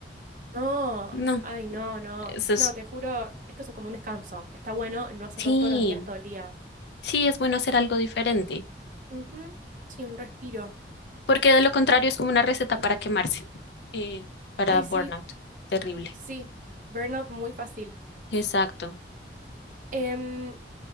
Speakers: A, on the right; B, on the left.
A: No,
B: No,
A: ay, no, no.
B: eso es,
A: No, te juro, esto es como un descanso. Está bueno no hacerlo
B: sí,
A: todos los días, todo el día.
B: sí, es bueno hacer algo diferente.
A: Ujú, Sí, un respiro.
B: Porque de lo contrario es como una receta para quemarse, eh, para
A: Ay,
B: burnout.
A: sí,
B: Terrible.
A: sí. Burnout muy fácil.
B: Exacto.
A: Em,